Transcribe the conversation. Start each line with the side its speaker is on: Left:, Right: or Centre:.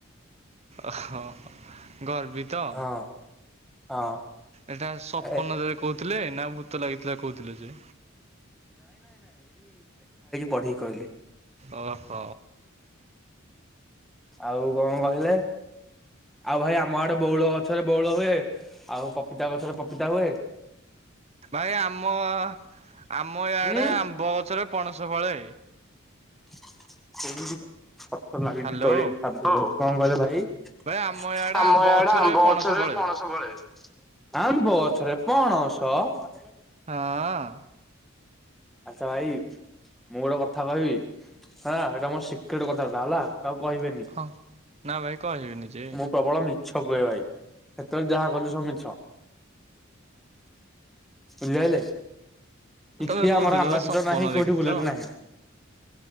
Right: ଓହୋ ଗର୍ବିତ?
Centre: ହଁ ହଁ
Right: ଏଟା ସପନରେ
Centre: ଏ
Right: କହୁଥିଲେ ନା ଭୂତ ଲାଗିଥିଲା କହୁଥିଲେ ଯେ?
Centre: ବଢ଼େଇ କହିଲେ
Right: ଅହ
Centre: ଆଉ କଣ କହିଲେ ଆଉ ଭାଇ ଆମ ଆଡେ ବଉଳ ଗ ଗଛରେ ବଉଳ ହୁଏ ଆଉ ପପିତା ଗଛରେ ପପିତା ହୁଏ।
Right: ଭାଇ ଆମ ଆମ ୟାଡେ
Centre: ଉଁ
Right: ଆମ୍ବ ଗଛରେ ପଣସ ଫଳେ।
Centre: କଣ କହିଲ ଭାଇ?
Right: ହ୍ୟାଲୋ
Centre: ଆମ ୟାଡେ
Right: ଭାଇ
Centre: ଆମ୍ବ
Right: ଆମ ଇଆଡେ
Centre: ଗଛରେ
Right: ପଣସ ଫଳେ।
Centre: ପଣସଫଳେ। ଆମ୍ବ ଗଛରେ ପଣସ?
Right: ହଁ।
Centre: ଆଚ୍ଛା ଭାଇ ମୁଁ ଗୋଟେ କଥା କହିବି? ହଁ। ଏଟା ମୋର ସିକ୍ରେଟ କଥା ଟା ହେଲା କାହାକୁ କହିବେନି।
Right: ହଁ ନା ଭାଇ କହିବିନି ଯେ
Centre: ମୁଁ ପ୍ରବଳ ମିଛ କୁହେ ଭାଇ ସେତେବେଳେ ଯାହା କହିଲି ସବୁ ମିଛ। ଵୁଝିପାଇଲେ କିଛି
Right: ତମେ କହୁଥିଲ
Centre: ଆମର ଆମ୍ବାସେଟର
Right: ବା ସପନ
Centre: ନାହିଁ
Right: ଦେଖିଥିଲ
Centre: କୋଉଠି ବୁଲେଟ ନାହିଁ।